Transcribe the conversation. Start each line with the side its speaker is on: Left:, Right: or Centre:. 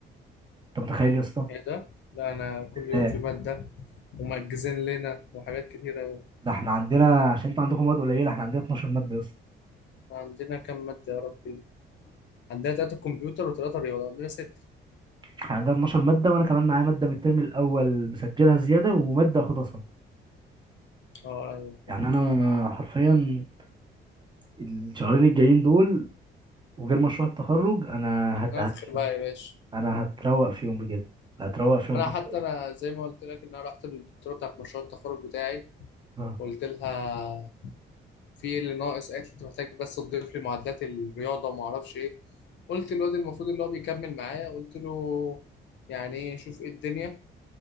Right: انت متخيل يا اسطى
Left: ايه ده لا انا كل يوم
Right: لا
Left: في ماده ومأجزين لنا وحاجات كتيره
Right: ده احنا عندنا عشان انتوا عندكم مواد قليله احنا عندنا 12 ماده يا اسطى
Left: عندنا كام ماده يا ربي عندنا تلاته كمبيوتر وتلاته رياضه عندنا سته
Right: احنا عندنا 12 ماده وانا كمان معايا ماده من الترم الاول مسجلها زياده وماده اخدها صم
Left: اه ايوه فاهم
Right: يعني انا حرفيا الشهرين الجايين دول وغير مشروع التخرج انا هت...
Left: نفخ
Right: هت...
Left: بقى يا باشا
Right: انا هتروق فيهم بجد هتروق فيهم
Left: انا
Right: حرفيا
Left: حتى انا زي ما قلت لك ان انا رحت للدكتوره بتاعت مشروع التخرج بتاعي
Right: اه
Left: وقلت لها في ايه اللي ناقص قالت لي انت محتاج بس تضيف لي معادلات الرياضه وما اعرفش ايه قلت للواد المفروض اللي هو بيكمل معايا قلت له يعني ايه شوف ايه الدنيا